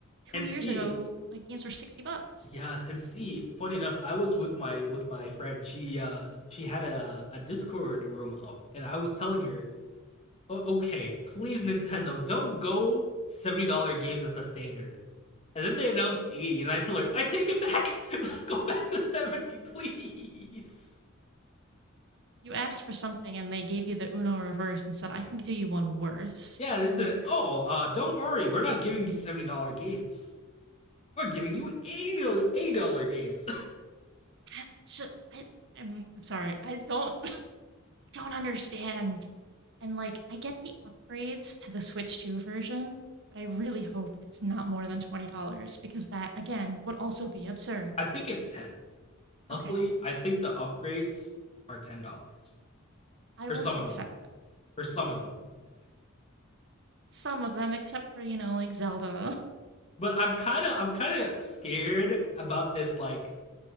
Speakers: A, on the right; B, on the left.
A: Two
B: and
A: years
B: see,
A: ago, like games were 60 bucks.
B: yes, and see. Funny enough, I was with my with my friend. She uh she had a a Discord room up, and I was telling her, "Oh, okay, please Nintendo, don't go seventy dollar games as the standard. And then they announced eighty, and I tell her, I take it back. <laughs> Let's go back to seventy, please.
A: You asked for something, and they gave you the Uno reverse and said, I can do you one worse.
B: Yeah, they said,
A: And here's
B: "Oh, uh, don't worry, we're not giving you seventy dollar games. We're giving you eighty dollar games."
A: that. Ju- I, I'm, I'm sorry. I don't, <laughs> I don't understand. And like, I get the upgrades to the Switch 2 version, but I really hope it's not more than $20 because that, again, would also be absurd.
B: <laughs> I think it's ten. Luckily,
A: Okay,
B: I think the upgrades are ten dollars
A: I
B: for
A: will
B: some of
A: accept
B: them.
A: that.
B: For some of them,
A: Some of them, except for, you know, like Zelda.
B: but I'm kind of I'm kind of scared about this like